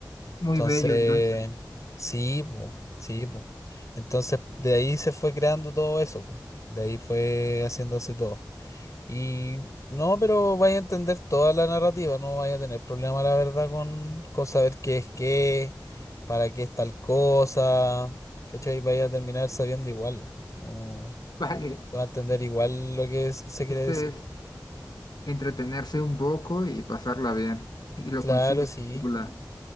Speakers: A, on the left; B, on the left.
A: Muy
B: Entonces,
A: bello, entonces.
B: sí, po, sí, po. Entonces, de ahí se fue creando todo eso, po. De ahí fue haciéndose todo. Y no, pero vaya a entender toda la narrativa, no vaya a tener problema, la verdad, con, con saber qué es qué, para qué es tal cosa, ¿cachai? Vaya a terminar sabiendo igual, no
A: <laughs> Vale.
B: va a entender igual lo que es-
A: El
B: se quiere
A: chiste
B: decir.
A: es entretenerse un poco y pasarla bien. Y lo
B: Claro,
A: consigue la
B: sí,
A: película.